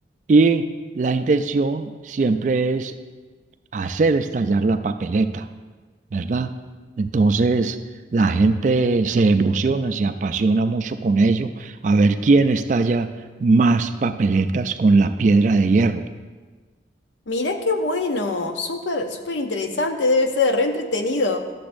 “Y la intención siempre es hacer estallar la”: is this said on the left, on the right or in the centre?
Right